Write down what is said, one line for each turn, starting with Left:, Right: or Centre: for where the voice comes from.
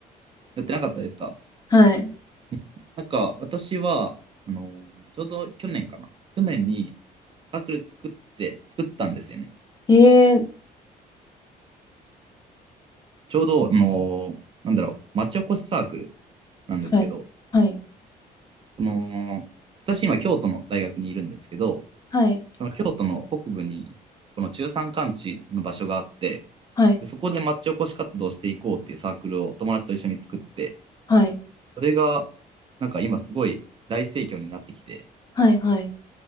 Right: やってなかったですか
Left: はい。
Right: うんなんか、私は、あのーちょうど去年かな。去年にサークル作って、作ったんですよね。
Left: ええ、
Right: ちょうど、あのーなんだろう、町おこしサークルなんですけど、
Left: はい、はい、
Right: その、私今京都の大学にいるんですけど、
Left: はい、
Right: その京都の北部に、この中山間地の場所があって、
Left: はい、
Right: で、そこで町おこし活動していこうっていうサークルを友達と一緒に作って、
Left: はい、
Right: それが、なんか今すごい大盛況になってきて、
Left: はい、はい、